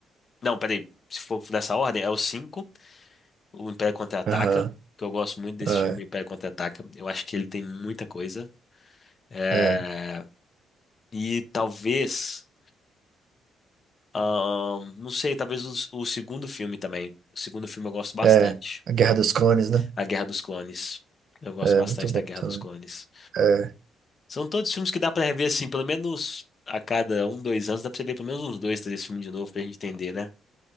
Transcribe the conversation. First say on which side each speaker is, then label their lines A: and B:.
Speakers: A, on the left; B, on the right.
A: Não, peraí. Se for nessa ordem, é o cinco O Império Contra-Ataca,
B: Aham.
A: que eu gosto muito desse
B: É,
A: filme, Império Contra-Ataca. Eu acho que ele tem muita coisa. É,
B: é,
A: E talvez, ahn, não sei, talvez o, o segundo filme também. O segundo filme eu gosto bastante.
B: é. A Guerra dos Clones, né?
A: A Guerra dos Clones. Eu gosto
B: É
A: bastante
B: muito bom
A: da Guerra
B: também.
A: dos Clones.
B: É,
A: São todos filmes que dá pra rever assim, pelo menos a cada um, dois anos, dá pra você ver pelo menos uns dois, três filmes de novo pra gente entender, né?